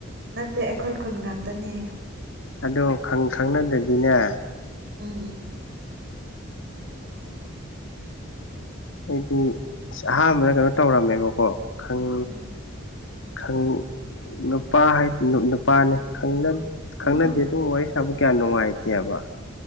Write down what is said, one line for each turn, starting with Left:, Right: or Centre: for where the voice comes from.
Right: ꯅꯠꯇꯦ ꯑꯩꯈꯣꯏ ꯈꯨꯟ ꯉꯥꯛꯇꯅꯦ
Left: ꯑꯗꯣ ꯈꯪ ꯈꯪꯅꯗꯗꯤꯅꯦ
Right: ꯎꯝ ꯑꯣ
Left: ꯑꯩꯗꯤ ꯏꯁ ꯑꯍꯥꯟꯕꯗ ꯀꯩꯅꯣ ꯇꯧꯔꯝꯃꯦꯕꯀꯣ ꯈꯪ
Right: ꯎꯝ
Left: ꯈꯪ ꯅꯨꯄꯥ ꯅꯨꯄꯥꯅꯤ ꯈꯪꯅ
Right: ꯎꯝ
Left: ꯈꯪꯅꯗꯦ ꯑꯗꯨꯝ ꯋꯥꯔꯤ ꯁꯥꯕꯥ ꯀꯌꯥ ꯅꯨꯡꯉꯥꯏꯇꯦ ꯍꯥꯏꯕ